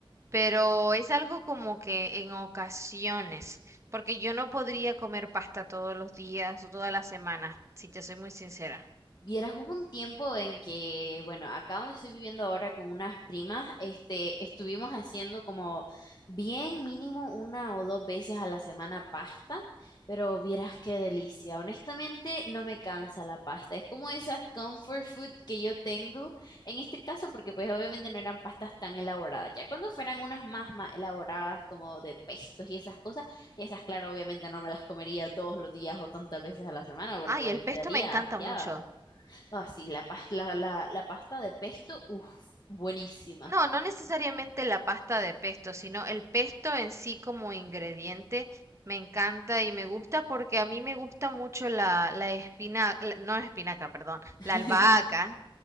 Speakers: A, on the right (about 30°); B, on the left (about 50°).
A: pero es algo como que en ocasiones, porque yo no podría comer pasta todos los días o todas las semanas, si te soy muy sincera.
B: Vieras, hubo un tiempo en que, bueno, acá donde estoy viviendo ahora con unas primas, este, estuvimos haciendo como bien mínimo una o dos veces a la semana pasta, pero vieras qué delicia. Honestamente, no me cansa la pasta. Es como esas comfort food que yo tengo en este caso, porque pues obviamente no eran pastas tan elaboradas. Ya cuando fueran unas más más elaboradas, como de pestos y esas cosas, esas, claro, obviamente no me las comería todos los días o tantas veces a la semana porque
A: Ay, el pesto
B: quedaría
A: me encanta
B: hastiada.
A: mucho.
B: Ah, sí, la, pas- la, la, la pasta de pesto, uff, buenísima.
A: No, no necesariamente la pasta de pesto, sino el pesto en sí como ingrediente me encanta y me gusta porque a mí me gusta mucho la, la espinaca, no la espinaca, perdón,
B: <laughs>
A: la albahaca.